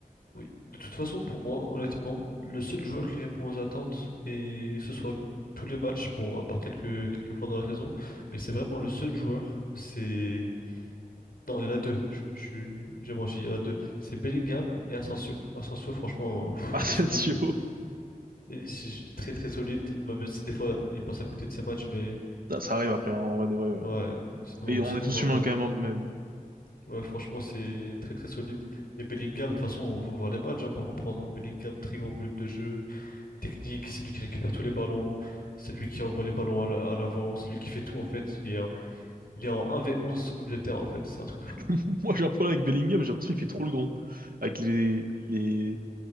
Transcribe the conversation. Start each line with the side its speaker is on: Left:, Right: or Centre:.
Left: Oui. De toute façon, pour moi, honnêtement, le seul joueur qui répond aux attentes, et ce soit tous les matchs, bon, à part quelques, quelques fois dans la saison, mais c'est vraiment le seul joueur, c'est... Non, il y en a deux, je, je- j'ai menti, il y en a deux. C'est Bellingham et Asensio. Asensio, franchement, pff,
Right: <laughs> Asensio.
Left: très solide. Et si- très très solide, même si des fois il passe à côté de ses matchs, mais
Right: Ça, ça arrive après, hein, en vrai de vrai. ouais.
Left: ouais, sinon,
Right: Et on
Left: sinon
Right: est tous
Left: vraiment,
Right: humains quand même, hein, mais bon.
Left: ouais, franchement, c'est très très solide. Et Bellingham, de toute façon, faut voir les matchs hein, pour comprendre. hein. Bellingham, très gros volume de jeu. technique, c'est lui qui récupère tous les ballons, c'est lui qui envoie les ballons à la- à l'avant, c'est lui qui fait tout en fait. Il est, en- il est en 1v11 au milieu de terrain en fait, c'est un truc de fou.
Right: <laughs> Moi, j'ai un problème avec Bellingham, j'ai l'impression qu'il fait trop le grand. Avec les, les,